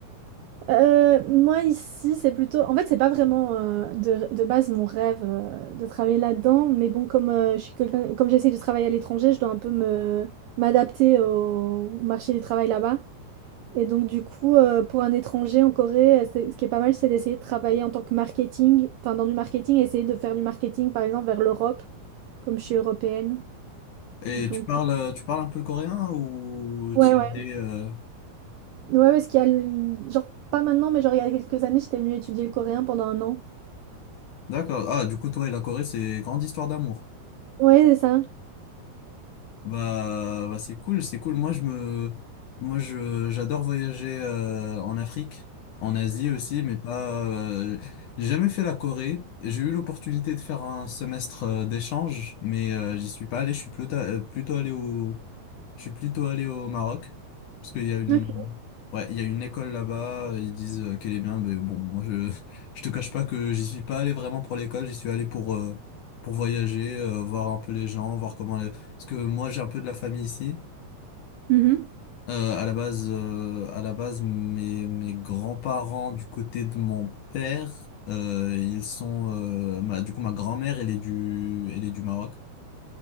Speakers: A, on the right; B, on the left.
A: Euh, moi, ici, c'est plutôt... En fait, c'est pas vraiment euh, de, de base mon rêve euh, de travailler là-dedans, mais bon, comme, euh, je suis quelqu'un, comme j'essaye de travailler à l'étranger, je dois un peu me m'adapter au marché du travail là-bas. Et donc, du coup, euh, pour un étranger en Corée, euh, c'est- ce qui est pas mal, c'est d'essayer de travailler en tant que marketing, enfin, dans du marketing, essayer de faire du marketing, par exemple, vers l'Europe, comme je suis européenne.
B: Et
A: Donc,
B: tu parles,
A: euh,
B: euh, tu parles un peu le coréen ou
A: ouais,
B: t'y es
A: ouais.
B: allé, euh,
A: Ouais, ouais, parce qu'il y a, le- genre, pas maintenant, mais genre, il y a quelques années, j'étais venue étudier le coréen pendant un an.
B: D'accord. Ah, du coup, toi et la Corée, c'est grande histoire d'amour.
A: Ouais, c'est ça.
B: Bah, bah c'est cool, c'est cool. Moi je me moi je j'adore voyager euh, en Afrique, en Asie aussi, mais pas euh, j'ai jamais fait la Corée. J'ai eu l'opportunité de faire un semestre euh, d'échange, mais euh, j'y suis pas allé, je suis plutôt euh, plutôt allé au je suis plutôt allé au Maroc parce qu'il y a une
A: Ok.
B: ouais, il y a une école là-bas, ils disent euh, qu'elle est bien, mais bon, moi je je te cache pas que j'y suis pas allé vraiment pour l'école, j'y suis allé pour euh, pour voyager, euh, voir un peu les gens, voir comment parce que moi, j'ai un peu de la famille ici.
A: Mhm.
B: Euh, à la base, euh, à la base, mes, mes grands-parents du côté de mon père, euh, ils sont, euh, ma- du coup, ma grand-mère, elle est du, elle est du Maroc.